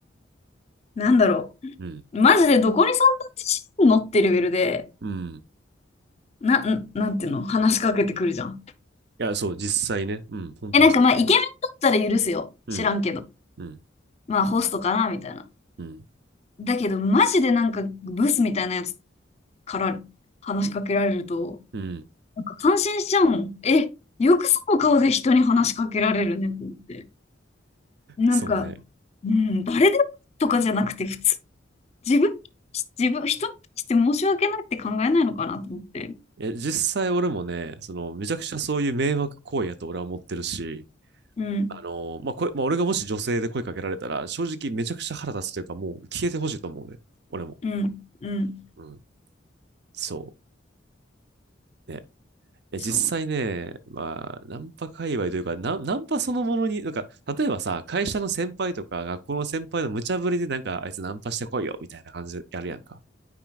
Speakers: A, on the left (about 35°); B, on the right (about 60°).
A: なんだろ
B: うん。
A: う。マジでどこにそんな自信持ってレベルで、
B: うん。い
A: な、んなんていうの話しかけてくるじゃん。
B: や、そう、実際ね。うん。本当にそうだと思
A: え、なんかまあ、イケメンだったら許すよ。
B: う。
A: 知らんけど。
B: うん。うん。
A: まあホストかなみたいな。
B: うん。
A: だけど、マジでなんかブスみたいなやつから話しかけられると、
B: うん。
A: なんか感心しちゃうもん。え、よくその顔で人に話しかけられるねって思って。なんか、
B: そうね。
A: うん、誰でもとかじゃなくて、普通、自分、自分、人に対して申し訳ないって考えないのかなと思って。
B: え、実際俺もね、その、めちゃくちゃそういう迷惑行為やと俺は思ってるし、
A: うん、
B: あの、まあ、こまあ、俺がもし女性で声かけられたら、正直めちゃくちゃ腹立つというか、もう消えてほしいと思うね。俺も。
A: うん、うん、
B: うん。そう。ね。え、
A: そう、
B: 実際ね、まあ、ナンパ界隈というか、ナン、ナンパそのものに、なんか、例えばさ、会社の先輩とか、学校の先輩の無茶ぶりで、なんか、あいつナンパしてこいよ、みたいな感じでやるやんか。